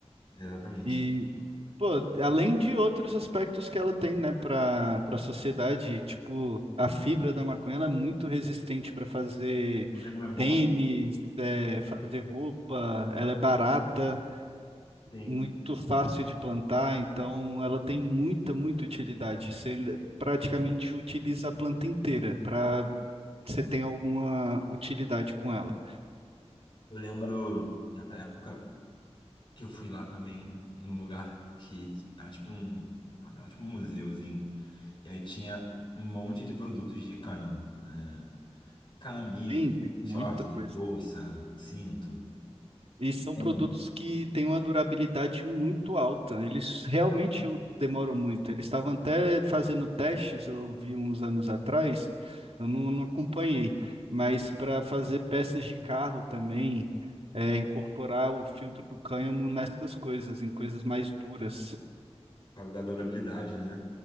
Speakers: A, on the left; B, on the right.
A: Exatamente.
B: E Pô, além de outros aspectos que ela tem, né, para para a sociedade, tipo, a fibra da maconha, ela é muito resistente para fazer
A: Lembro, é bom,
B: tênis,
A: né?
B: é,
A: Uhum.
B: fazer roupa, ela é barata,
A: Sim.
B: muito fácil de plantar, então ela tem muita, muita utilidade. Você praticamente utiliza a planta inteira para você ter alguma utilidade com ela.
A: Eu lembro nessa época que eu fui lá também num lugar que era tipo um, era tipo um museuzinho. E aí tinha um monte de produtos de cânhamo. É, camisa,
B: Tem, tem
A: short,
B: muita coisa.
A: bolsa, cinto.
B: E são
A: É
B: produtos
A: isso.
B: que têm uma durabilidade muito alta. Eles realmente o- demoram muito. Eles estavam até fazendo testes, eu vi uns anos atrás, eu não, não acompanhei, mas para fazer peças de carro também, é, incorporar o filtro do cânhamo nessas coisas, em coisas mais duras.
A: Por causa da durabilidade, né?